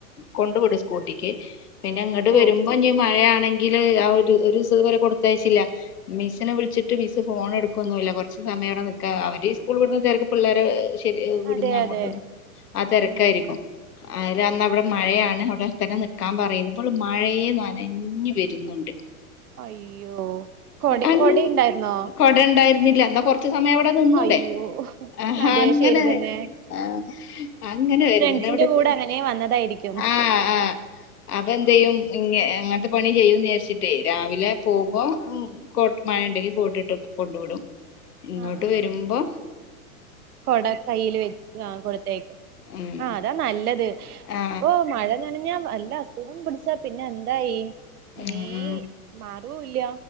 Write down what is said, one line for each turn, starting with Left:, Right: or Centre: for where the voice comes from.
Left: കൊണ്ട് വിടും സ്കൂട്ടിക്ക് പിന്നെങ്ങട്ട്
Right: ആഹ്
Left: വെരുമ്പഞ്ഞി മഴയാണെങ്കില് അ ഒരു ഒരുസം ത്പോലെ കൊടുത്തയച്ചില്ല മിസ്സിനെ വിൾച്ച്ട്ട് മിസ്സ് ഫോണെടുക്കുന്നുല്ല കൊർച്ച് സമയാടെ നിക്ക അവര് ഈ സ്കൂള് വിട്ന്ന തെര്ക്ക് പിള്ളേരെ ശെരി വ്ട്ന്നങ്ങോട്ടും
Right: അതെ അതെ
Left: ആ തെരക്കായിരിക്കും
Right: ഉം
Left: ആരാ അന്നവടെ മഴയാണ് അവടെ തന്നെ നി ക്കാൻ പറയ് ന്ന് വള് മഴേ നനഞ്ഞ് വെരുന്നുണ്ട്
Right: അയ്യോ കൊട
Left: അന്ന്
Right: കൊടയുണ്ടായിരുന്നോ
Left: കൊടണ്ടായിരുന്നില്ല ന്നാ കൊർച്ച് സമയവടെ നിന്നൂടെ
Right: അയ്യോ
Left: ആ
Right: അതെ
Left: അങ്ങനെ
Right: ശരി തന്നെ
Left: ആ അങ്ങനെ വെര്ന്ന്ണ്ട്
Right: ഫ്രണ്ട്സിന്റെ
Left: അവടക്ക്
Right: കൂടെ അങ്ങനെ വന്നതായിരിക്കും
Left: ആ ആ അപ്പെന്തെയ്യും
Right: ആഹ്
Left: ഇ അങ്ങൻത്തെ പണി ചെയ്യുംചാരിച്ചിട്ടേ രാവിലെ പോകുമ്പോ കോട്ട് മഴണ്ടെങ്കി കോട്ടിട്ട് കൊണ്ട് വിടും ഇങ്ങട്ട്
Right: ആഹ് ആഹ്
Left: വെരുമ്പോ
Right: കൊട കയ്യില് വെ ആ കൊട്ത്തയക്കും
Left: ഉം
Right: ആ അതാ നല്ലത്
Left: ആ
Right: ഓ മഴ നനഞ്ഞാ വല്ല അസുഖം പിടിച്ചാ പിന്നെന്തായി ഇങ്ങനെ
Left: ഉം
Right: മാറൂല്ല